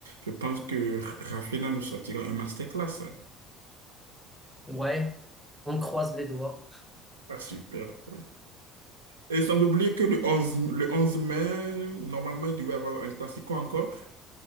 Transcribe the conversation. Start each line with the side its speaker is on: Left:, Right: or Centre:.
Right: je pense que Rafinha nous sortira un masterclass.
Centre: Ouais, on croise les doigts.
Right: Ah, super, oui. Et sans oublier que le onze le 11 mai, normalement, il devait y avoir un classico encore.